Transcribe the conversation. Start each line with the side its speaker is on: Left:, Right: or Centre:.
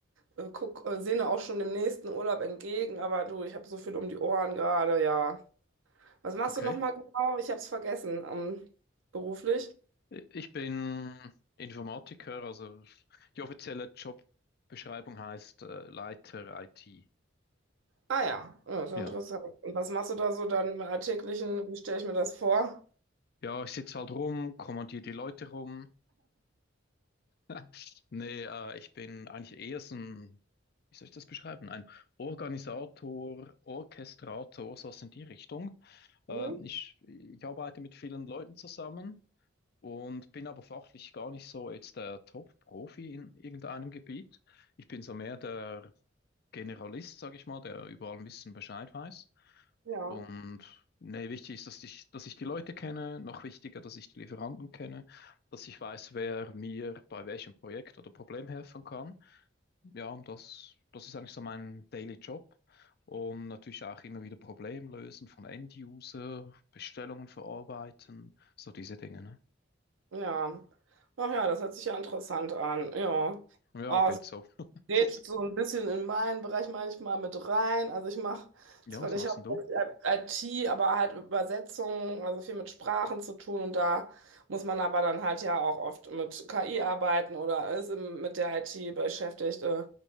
Right: äh, guck, äh, sehne auch schon dem nächsten Urlaub entgegen, aber du, ich habe so viel um die Ohren gerade, ja. Was machst
Left: Okay.
Right: du nochmal genau? Ich habe es vergessen, ähm, beruflich.
Left: I- Ich bin Informatiker, also die offizielle Jobbeschreibung heißt äh, Leiter IT.
Right: Ah ja, ja, ist ja
Left: Ja.
Right: interessant. Und was machst du da so dann im Alltäglichen? Wie stelle ich mir das vor?
Left: Ja, ich sitze halt rum, kommandiere die Leute rum, <laughs> Nee, äh, ich bin eigentlich eher so ein, wie soll ich das beschreiben? Ein Organisator, Orchestrator, sowas in die Richtung. Äh,
Right: Mhm.
Left: ich, ich arbeite mit vielen Leuten zusammen und bin aber fachlich gar nicht so jetzt der Top-Profi in irgendeinem Gebiet. Ich bin so mehr der Generalist, sage ich mal, der überall ein bisschen Bescheid weiß.
Right: Ja.
Left: Und nee, wichtig ist, dass ich, dass ich die Leute kenne, noch wichtiger, dass ich die Lieferanten kenne, dass ich weiß, wer mir bei welchem Projekt oder Problem helfen kann. Ja, und das, das ist eigentlich so mein Daily Job. Und natürlich auch immer wieder Problemlösen von End-User, Bestellungen verarbeiten, so diese Dinge, ne?
Right: Ja. Ach ja, das hört sich ja interessant an, ja.
Left: Ja,
Right: Oh,
Left: geht so. <laughs>
Right: geht so ein bisschen in meinen Bereich manchmal mit rein. Also ich mache
Left: Ja,
Right: zwar
Left: was
Right: nicht
Left: machst
Right: hauptsächlich
Left: denn du?
Right: IT, aber halt Übersetzungen, also viel mit Sprachen zu tun und da muss man aber dann halt ja auch oft mit KI arbeiten oder ist im- mit der IT beschäftigt, äh,